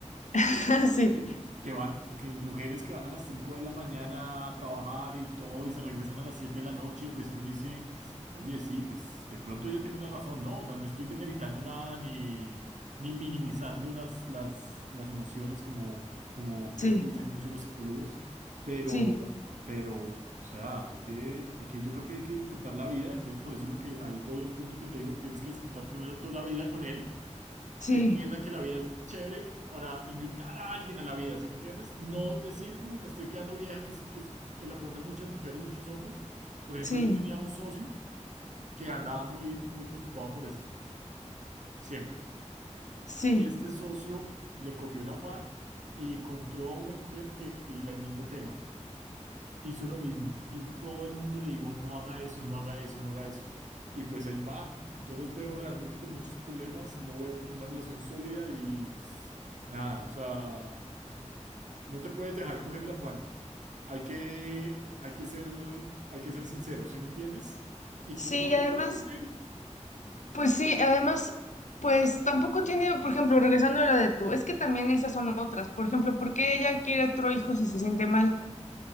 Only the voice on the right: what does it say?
Sí, Que van, que mujeres que van a las 5 de la mañana a trabajar y todo y se regresan a las 7 de la noche, pues uno dice, oye, sí, pues de pronto ella tiene la razón, ¿no? O sea, no estoy demeritando nada ni, ni minimizando las, las, las emociones como, como creo
que dicen muchos los psicólogos, pero,
pero, o sea, hay que, hay que, yo creo que hay que disfrutar la vida, entonces por eso es lo que, ahí voy al punto que te digo, tienes que disfrutar primero toda la vida con él
que entiendan que la vida es chévere para invitar a alguien a la vida, ¿sí me entiendes? No decir, uy, me estoy quedando vieja, que es, que es en la fonda muchas mujeres, muchos hombres. Por ejemplo,
yo tenía un socio que andaba muy, muy preocupado por esto, siempre.
Y este socio le cogió el afán y encontró a una mujer que el mismo tema hizo lo mismo y todo el mundo le digo, no haga eso, no haga eso, no haga eso. Y pues ahí va. Yo los veo realmente con muchos problemas, no veo como una relación sólida y nada, o sea, no te puedes dejar coger el afán. Hay que, hay que ser, hay que ser sincero, ¿sí me entiendes? Y
tú puedes
hablar con él.